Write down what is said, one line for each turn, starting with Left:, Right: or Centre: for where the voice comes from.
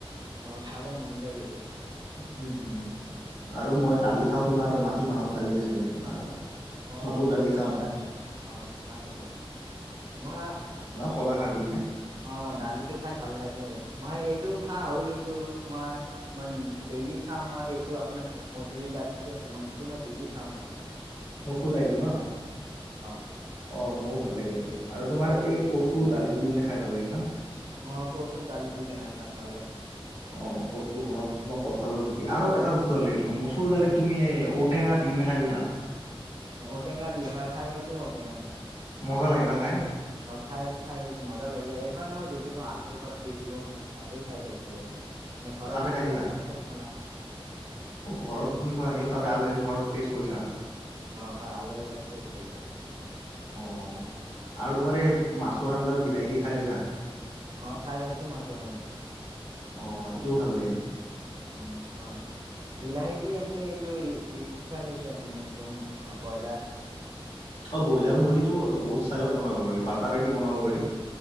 Right: অ' খাব মন যায় কেতিয়াবা।
Left: হম হম আৰু মই দালি খাওঁ তোমাৰ মাটি মাহৰ দালি আছে বা
Right: অ'
Left: মচুৰ
Right: মাটি
Left: দালি
Right: মাহৰ
Left: খাওঁ
Right: দালি অ' ভালেইটো মই
Left: কলাশাৰ দি কেনে।
Right: অ' দালিটো খাই ভাল লাগে, মই সেইটো খাও কিন্তু মই- মই ডেইলি খাওঁ মই এইটো আপোনাৰ মচৰি দালি দি আছে সেইটো মই ডেইলি খাওঁ মাৰ
Left: মচুৰ দাইলটো নহ,
Right: হয়।
Left: অ মোৰো ভাল লাগে এইটো, আৰু তোমাৰ এই কচু, দালিত দি কিনে খাই ভাল লাগে না
Right: অহ, কচু, দালি দি কেনে হয় ভাল লাগে,
Left: অ কচু হওক, তোমাৰ কঁঠালৰ গুটি আৰু এটা বস্তু ভাল লাগে, তোমাৰ মচু মচুৰ দালি তুমি এহ, ঔ টেঙা দি কিনে খাই পাইছা?
Right: অহ ঔ-টেঙা দি, হয় খাই পাইছোঁ ঔ-টেঙা দি
Left: মজা লাগে না খাই
Right: অহ, খাই খাই পাইছোঁ মই লাগে এবাৰ মই গৈছিলো আলহীৰ ঘৰত গৈছিলো মান তাতেই খায় পাইছিলো এনে। মানে ঘৰত
Left: তাতে
Right: নিজে
Left: খাইছিলা
Right: বনাই খাই পোৱা নাই।
Left: অ
Right: উম।
Left: ঘৰত তুমি খোৱা তাতে আলহী ঘৰত টেষ্ট কৰিছা।
Right: অ হয় আল ঘৰত টেষ্ট কৰিছো।
Left: অ আৰু তোমাৰ এই মাছৰ আঞ্জাত বিলাহী দি খাই পাইছা?
Right: অ খাই পাইছো মাছ আঞ্জা বিলাহিদি।
Left: অ সেইটোও ভাল লাগে কিন্তু
Right: উম হয়। বিলাহী দি আপুনি এইটো খাই পাইছে আপোনাৰ এইটো ব্ৰইলাৰ?
Left: অ ব্ৰইলাৰ মুৰ্গীটো বহুত চাইলত বনাব পাৰি বাটাৰেদি বনাব পাৰি।